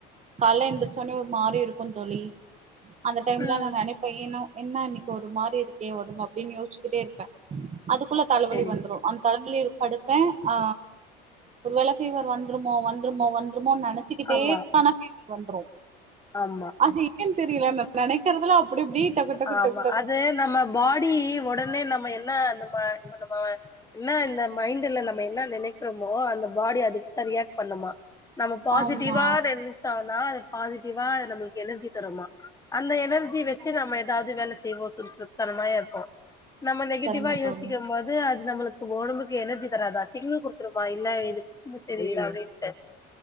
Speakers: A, on the right; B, on the left.
A: கால்லே எந்திரச்சோன்னே ஒரு மாரி இருக்கு தோழி அந்த டைம்ல
B: ம்
A: நா நெனப்பே ஏனு என்னா இன்னைக்கு ஒரு மாரி இருக்கே ஒடம்பு அப்படின்னு யோசிச்சுக்கிட்டே இருப்பே அதுக்குள்ள தலைவலி
B: சரி
A: வந்துரு அந்த <unintelligible> படுப்பே ஆ ஒரு வேல பீவர் வந்துருமோ வந்துருமோ வந்து வந்துருமோனு நெனச்சிக்கிட்டே
B: ஆமா
A: இருப்ப ஆனா பீவர் வந்துரு
B: ஆமா
A: அது ஏன்னு தெரியல நா நெனைக்கறதுலா அப்டி இப்டி டக்கு டக்கு
B: ஆமா
A: டக்கு டக்கு
B: அது நம்ம பாடி ஒடனே நம்ம என் னா இந்த ம இந்த நம்ம மைண்ட்ல நம்ம என்ன நெனைக்கிறோமோ அந்த பாடி அதுக்குதா ரியாக்ட் பண்ணும்மா நம்ம பாசிட்டிவா
A: ஆமா
B: நெனச்சோனா அது பாசிட்டிவா நம்மளுக்கு எனர்ஜி தரும்மா அந்த எனர்ஜி வச்சு நம்ம ஏதாவது வேல செய்வோ சுறுசுறுத் தனமாவே இருப்போ நம்ம நெகட்டிவா
A: சரிங்க
B: யோசிக்கறம்
A: தோழி
B: போது அது நம்மளுக்கு ஒடம்புக்கு எனர்ஜி தராதா சிக்னல் குடுத்துருமா இல்ல இதுக்கு சரி இல்ல அப்டின்டடு